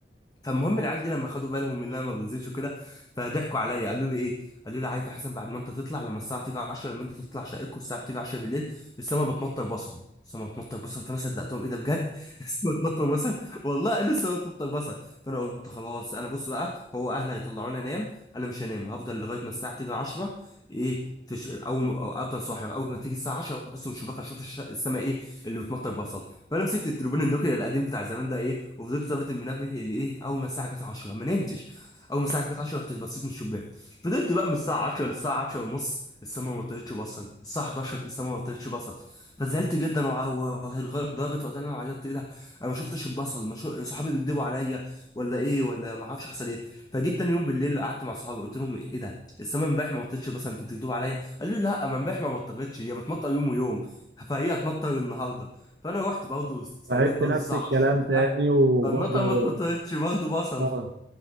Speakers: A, on the left; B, on the right.
A: فالمهم العيال دي لما خدوا بالهم ان انا ما بنزلش وكده فضحكوا عليا قالوا لي ايه قالوا لي عارف يا حسن بعد ما انت تطلع لما الساعه تيجي 10 لما انت تطلع شقتك والساعه بتيجي 10 بالليل السما بتمطر بصل السما بتمطر بصل فانا صدقتهم ايه ده بجد <laughs> السما بتمطر بصل والله قالوا السما بتمطر بصل فانا قلت خلاص انا بص بقى هو اهلي هيطلعوني انام انا مش هنام هفضل لغايه ما الساعه تيجي 10 ايه في ش... اول ما- افضل صاحي اول ما تيجي الساعه 10 بص من الشباك اشوف الش... السما ايه اللي بتمطر بصل فانا مسكت التليفون النوكيا القديم بتاع زمان ده ايه وفضلت ظابط المنبه لايه اول ما الساعه جت 10 ما نمتش اول ما الساعه جت 10 رحت بصيت من الشباك فضلت بقى من الساعه 10 للساعه 10 ونص السما ما طلعتش بصل الساعه 11 السما ما طلعتش بصل فزعلت جدا وع- و- لغايه درجه وقتها اللي انا عيطت ايه ده انا ما شفتش البصل ما شو... صحابي بيكدبوا عليا ولا ايه ولا ما اعرفش حصل ايه فجيت تاني يوم بالليل قعدت مع صحابي قلت لهم ايه ده السما امبارح ما طلعتش بصل انت بتكدبوا عليا قالوا لي لا ما امبارح ما مطرتش هي بتمطر يوم ويوم فهي هتمطر النهارده فانا رحت برضه واستنيت
B: فعبت
A: برضه
B: نفس
A: الساعه
B: الكلام
A: 10 وبتاع
B: تاني وبرضه
A: فالمطعم ما اتمطرتش برضه بصل
B: اه